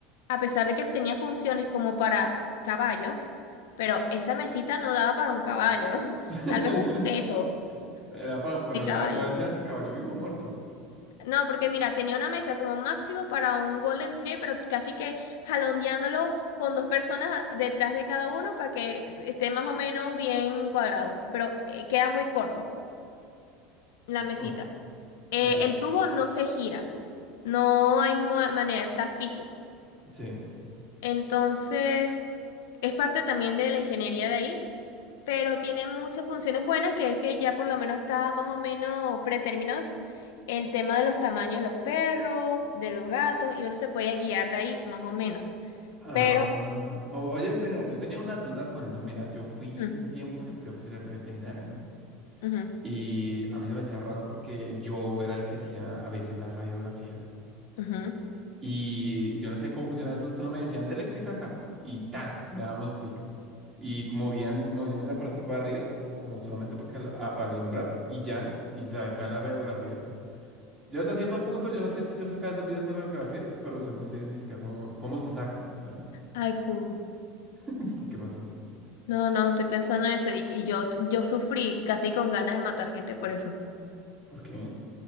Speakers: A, on the left; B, on the right.
A: a pesar de que tenía funciones como para caballos, pero esa mesita no daba para un caballo, <laughs>
B: <laughs>
A: tal vez un feto
B: Era para, para
A: de caballo.
B: no, era- no decían si caballo vivo o muerto.
A: No, porque mira, tenía una mesa como máximo para un Golden Retriever, pero casi que jalondeándolo con dos personas detrás de cada uno para que esté más o menos bien cuadrado, pero eh, queda muy corto la mesita.
B: Uf,
A: Eh,
B: oye,
A: el tubo no se gira, no hay mo- manera, está fijo.
B: sí.
A: Entonces, es parte también de la ingeniería de ahí, pero tiene muchas funciones buenas, que es que ya por lo menos está más o menos predeterminado el tema de los tamaños de los perros, de los gatos, y uno se puede guiar de ahí más o menos.
B: Ah,
A: Pero,
B: o- oye, mira, yo tenía una duda con eso. Mira, yo fui
A: mm,
B: un tiempo, yo fui auxiliar de veterinario, ¿no?
A: ujú,
B: Y a mí se me hacía raro porque yo era el que hacía a veces las radiografías.
A: ujú.
B: Y, y yo no sé cómo funciona eso, solo me decían, dale clic acá. Y tan, le damos clic. Y movían, movían el aparatico de arriba, como solamente para, que, al- ah, para alumbrar, y ya, y sacan las radiografías. Ya hasta cierto punto, yo no sé si yo sacaba esas bien esas radiografías, pero yo no sé ni siquiera cómo, cómo se sacan. O sea,
A: Ay, pu.
B: <laughs> ¿por ¿qué pasó?
A: No, no, estoy pensando en eso y, y yo, yo sufrí casi con ganas de matar gente por eso.
B: ¿Por qué?